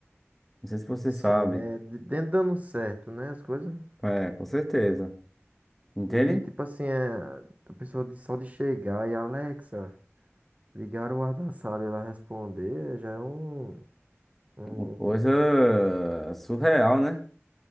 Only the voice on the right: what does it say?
Sim,
né? D- Dentro dando certo, né? As coisas.
E tipo assim, é, a pessoa de- só de chegar e Alexa, ligar o ar da sala e ela responder já é um, um